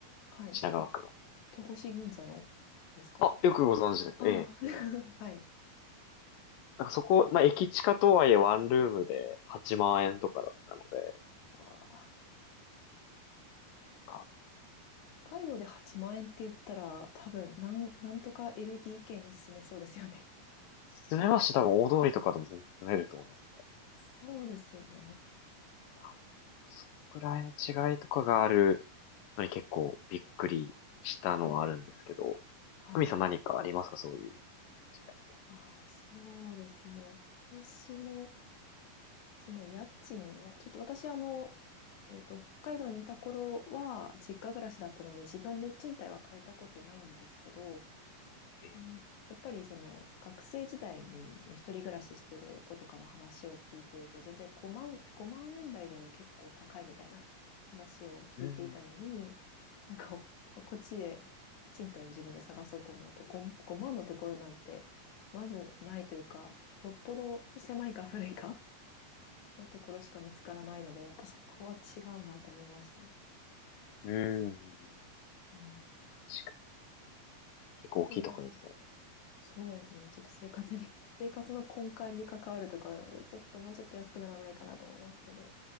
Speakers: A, on the left (about 65°); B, on the left (about 80°).
A: はい。
B: 品川区の。
A: あ、戸越銀座のですか
B: あ、よくご存知ですね。
A: ああ、
B: ええ。
A: <laughs>
B: うん
A: はい。
B: なんかそこ、まあ、駅近とはいえワンルームで8万円とかだったので、
A: あー
B: あ
A: 北海道で8万円って言ったら、多分、なん、なんとか LDK に進めそうですよね。
B: 住めますし多分大通りとかでも全然住めると思いますね。
A: そうですよね。
B: 多分そのくらいの違いとかがあるのに結構びっくりしたのはあるんですけど、
A: うん。はい。
B: 久美さん何かありますかそういう違いみたい
A: ああ、そうですね。私も、その家賃は、ちょっと私、あの、えっと、北海道にいた頃は、実家暮らしだったので、自分で賃貸は借りたことないんですけど、
B: ええ、
A: うんやっぱりその学生時代にその一人暮らししてる子とかの話を聞いていると全然5万、5万円台でも結構高いみたいな話を聞いていたのに、
B: うん、
A: なんかここっちで賃貸を自分で探そうと思うと 5, 万のところなんてまずないというか、よっぽど狭いか古いかのところしか見つからないので、やっぱそこは違うなって思いましたね。
B: うん。
A: うん。
B: 確かに。結構大きいところですよね。
A: あとは、そうですね。ちょっと生活に、<laughs> 生活の根幹に関わるところなので、ちょっともうちょっと安くならないかなと思いますけど。